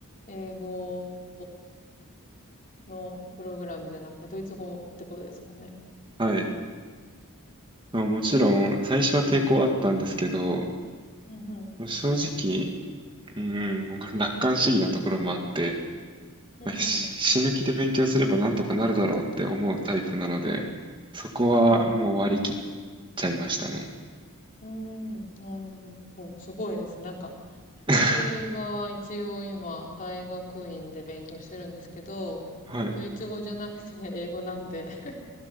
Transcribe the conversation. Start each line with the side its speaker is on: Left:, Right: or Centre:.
Left: 英語のプログラムじゃなくて、ドイツ語ってことですもんね。
Right: はい。まあ、もちろん、最初は抵抗あったんですけど、
Left: うんうん。
Right: 正直、うん、もう楽観主義なところもあって、
Left: うんうん。
Right: まあ、し死ぬ気で勉強すればなんとかなるだろうって思うタイプなので、そこはもう割り切っ
Left: うんうん。
Right: ちゃいましたね。
Left: うーん、なるほど。すごいです。なんか、私は一応今、
Right: <laughs>
Left: 大学院で勉強してるんですけど、
Right: はい。
Left: ドイツ語じゃなくて英語なんで、<laughs>